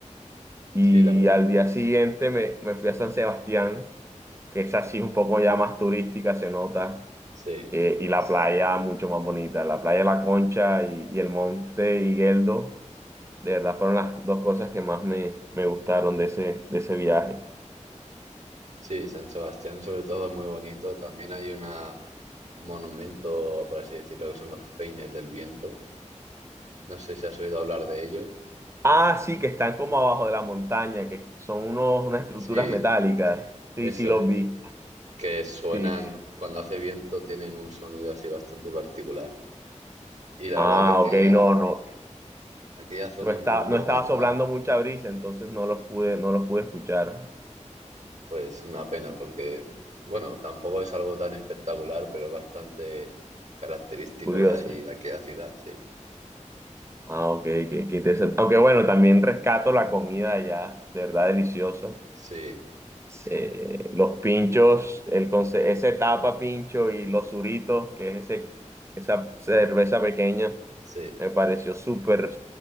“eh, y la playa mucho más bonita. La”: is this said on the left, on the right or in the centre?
Right